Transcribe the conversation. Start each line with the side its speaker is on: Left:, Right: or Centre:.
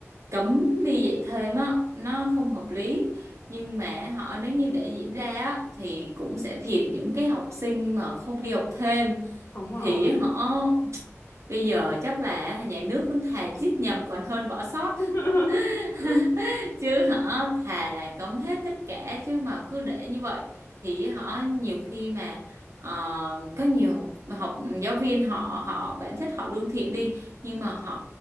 Right: cấm đi dạy thêm á, nó không hợp lý. Nhưng mà họ nếu như để diễn ra á, thì cũng sẽ thiệt những cái học sinh mà không đi học thêm.
Left: đúng rồi
Right: Thì họ bây giờ chắc là nhà nước cũng thà giết nhầm còn hơn bỏ sót.
Left: <laughs>
Right: <laughs> chứ họ thà là cấm hết tất cả chứ mà cứ để như vậy thì họ nhiều khi mà ờ, có nhiều học, học giáo viên họ họ bản chất họ lương thiện đi nhưng mà họ